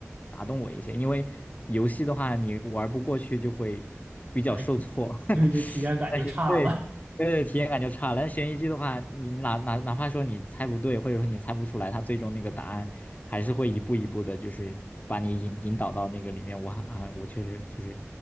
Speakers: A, on the left; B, on the right.
A: 打动我一些，因为游戏的话，你玩不过去就会比较受挫。
B: 哎，就，
A: <laughs>
B: 对，就体验感就差了。
A: 但是对对对体验感就差了。但悬疑剧的话，你哪哪哪怕说你猜不对，或者说你猜不出来，它最终那个答案还是会一步一步的，就是把你引引导到那个里面。我啊，我确实就是